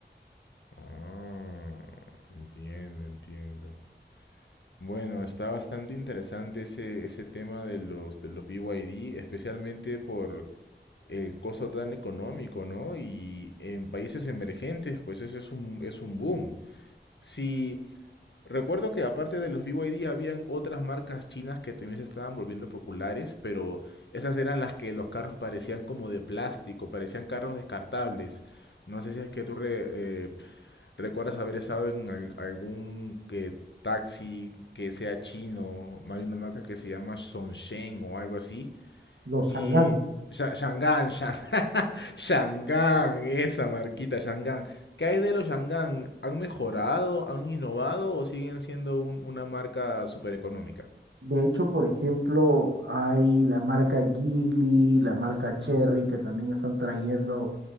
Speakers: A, on the left; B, on the right.
A: Ah, entiendo, entiendo. Bueno, está bastante interesante ese, ese tema de los, de los BYD, especialmente por el costo tan económico, ¿no? Y en países emergentes, pues eso es un, es un boom. Sí, recuerdo que aparte de los BYD habían otras marcas chinas que también se estaban volviendo populares, pero esas eran las que los carros parecían como de plástico, parecían carros descartables. No sé si es que tú re- eh, ¿Recuerdas haber estado en al- algún eh, taxi que sea chino? Hay una marca que se llama Songshen o algo así.
B: Los
A: Y
B: Sangán.
A: Sha- Shangan, Shan- <laughs> Shangan, esa marquita, Shangan. ¿Qué hay de los Shangan? ¿Han mejorado, han innovado o siguen siendo un- una marca súper económica?
B: De hecho, por ejemplo, hay la marca Geely, la marca Cherry, que también están trayendo